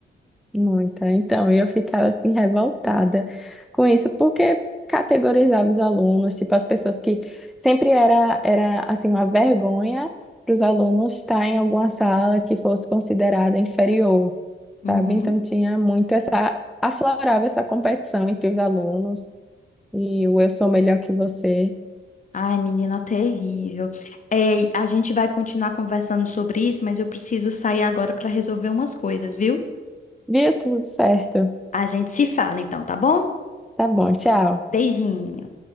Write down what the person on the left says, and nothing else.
Uhum.
Ai, menina, terrível. Ei, a gente vai continuar conversando sobre isso, mas eu preciso sair agora para resolver umas coisas, viu?
A gente se fala então, tá bom?
Beijinho.